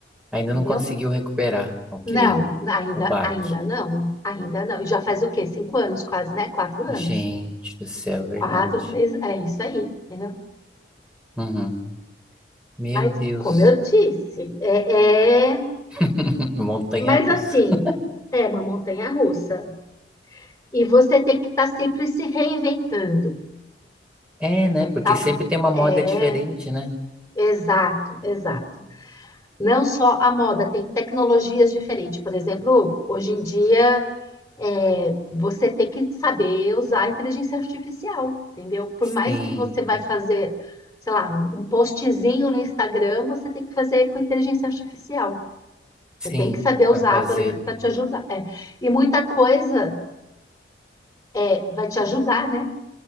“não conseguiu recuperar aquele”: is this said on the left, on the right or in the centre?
Centre